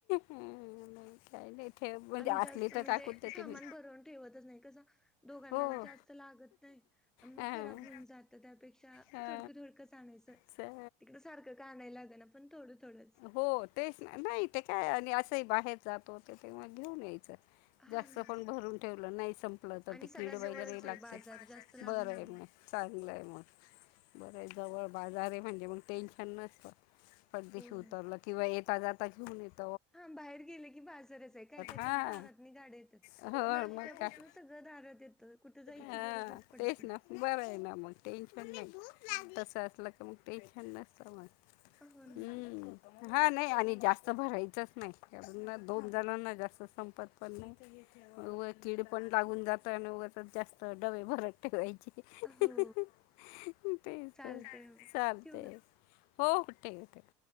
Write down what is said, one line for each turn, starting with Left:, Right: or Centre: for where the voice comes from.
Left: नाही काय नाही ठेव म्हणजे
Centre: आम्ही
Left: असली
Centre: जास्त म्हणजे,
Left: तर टाकून देते
Centre: सामान
Left: मी
Centre: भरवून ठेवतच नाही कसं दोघांना
Left: हो
Centre: जास्त लागत नाही, मग
Left: हां
Centre: खराब होऊन जात त्यापेक्षा
Left: हा
Centre: थोडकं थोडकंच आणायचं
Left: च
Centre: तिकड, सारखं का आणय लाग ना पण थोडं थोडंच
Left: हो तेच नाही, ते काय आणि असंही बाहेर जातो ते तेव्हा घेऊन यायचं
Centre: हा
Left: जास्त
Centre: ना
Left: पण भरून ठेवलं नाही संपलं तर
Centre: आणि
Left: ते
Centre: सगळ्यात
Left: कीड
Centre: जवळच
Left: वगैरे
Centre: आहे
Left: लागते
Centre: बाजार जास्त लांब
Left: बर आहे
Centre: नाही
Left: मग चांगलं आहे मग, बरं जवळ बाजार आहे म्हणजे मग टेन्शन नसतं परदेशी
Centre: हो
Left: उतरलं,
Centre: ना
Left: किंवा येेतात जाता घेऊन येतो.
Centre: हा बाहेर गेलं की बाजारच आहे, काय काय
Left: हा.
Centre: तर दारात गाड्या येतात
Left: हो
Centre: नाशत्यापासून
Left: मग काय
Centre: सगळं दारात येतं, कुठे जायची
Left: हा
Centre: गरजचं पडत
Left: तेच
Centre: नाही.
Left: ना बरं आहे ना, मग टेंशन नाही. तसं असलं का मग टेंशन नसतं मग
Centre: हो ना
Left: हम्म. हा नाही आणि जास्त भरायचंच नाही कारण दोन जणांना जास्त संपत पण नाही. उग कीड पण लागून जात अन उगाचच जास्त डबे भरत टिकवायची तेच
Centre: हो
Left: तर
Centre: चालतय
Left: चालतंय-चालतंय.
Centre: ठेवू का?
Left: हो-हो ठेव-ठेव.